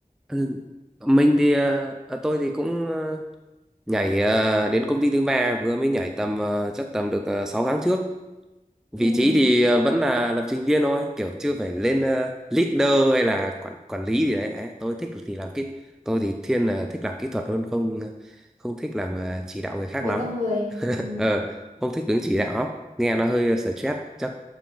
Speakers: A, in the centre; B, on the right.
A: ừ, mình thì ờ, ờ, tôi thì cũng ờ, nhảy ờ, đến công ty thứ ba vừa mới nhảy tầm ờ, chắc tầm được uh, 6 tháng trước vị
B: ừ.
A: trí thì ờ, vẫn là lập trình viên thôi kiểu chưa phải lên ờ, leader hay là quản quản lý gì đấy Đấy, tôi thích thì làm kỹ tôi thì thiên là thích làm kỹ thuật hơn không ờ, không thích làm ờ, chỉ đạo người khác
B: về
A: lắm
B: con người ừ.
A: ờ không thích đứng chỉ đạo nghe nó hơi ờ, stress chắc